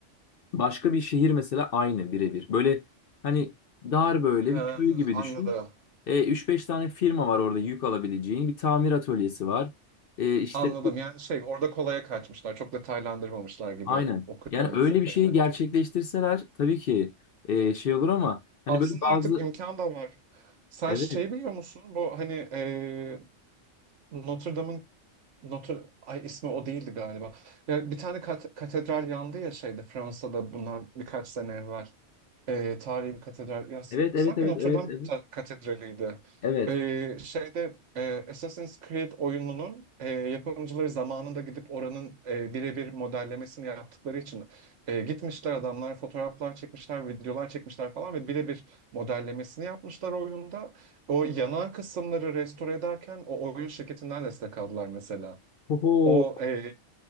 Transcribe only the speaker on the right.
Ha,
anladım.
Anladım. Yani şey orada kolaya kaçmışlar. Çok detaylandırmamışlar gibi
okuyorum
bu söylediğini.
Aslında
artık imkan da var. Sen
şey biliyor musun? Bu hani e, Notre Dame'ın Notre ay ismi o değildi galiba. Ya bir tane kat- katedral yandı ya şeyde Fransa'da bundan birkaç sene evvel e, tarihi bir katedral. Ya, s-
sanki
Notre
Dame kate-
katedraliydi.
E, şeyde e, Assassin's Creed oyununun e, yapımcıları zamanında gidip oranın e, birebir modellemesini yaptıkları için e, gitmişler adamlar fotoğraflar çekmişler, videolar çekmişler falan ve birebir modellemesini yapmışlar oyunda. O yanan kısımları restore ederken o oyun şirketinden destek aldılar mesela.
O e,